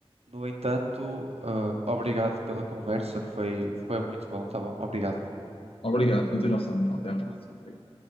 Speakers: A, on the right; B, on the left.
A: No entanto, ah, obrigado pela conversa. Foi, foi muito bom, está bom? Obrigado.
B: Obrigado, continuação então, até à próxima. Obrigado.